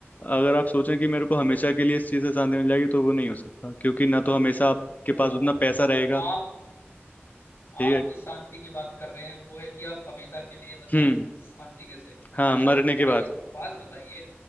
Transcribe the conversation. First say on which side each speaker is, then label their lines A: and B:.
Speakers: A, on the left (about 40°); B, on the left (about 75°).
A: अगर आप सोचें कि मेरे को हमेशा के लिए इस चीज़ से शांति मिल जाएगी तो वो नहीं हो सकता क्योंकि ना तो हमेशा आपके
B: ओ
A: पास उतना पैसा रहेगा
B: आप आप
A: ठीक है
B: जिस शांति की बात कर रहे हैं वो है कि आप हमेशा के लिए मतलब
A: हम्म
B: शांति कैसे रहे
A: हाँ
B: अच्छा
A: मरने के
B: भाई
A: बाद
B: एक बात बताइए